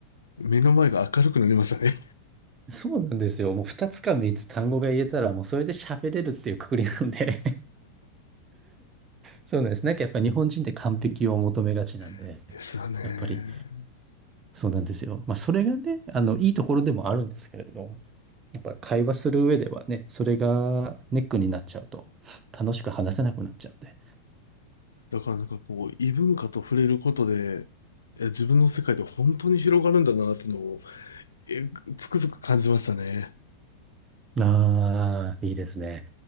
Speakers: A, on the left; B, on the right.
A: 目の前が明るくなりましたね。
B: う、そうなんですよ。もう2つか3つ単語が言えたら、もうそれで喋れるっていうくくりなんで。そうなんです。なんかやっぱり日本人って完璧を求めがちなんで、
A: <laughs> ですよね。
B: やっぱりそうなんですよ。まあそれがね、あの、いいところでもあるんですけれど、やっぱ会話する上ではね、それがネックになっちゃうと、楽しく話せなくなっちゃうんで。
A: だからなんかこう、異文化と触れることで、え自分の世界で本当に広がるんだなっていうのを、え、つくづく感じましたね。
B: ああ、いいですね。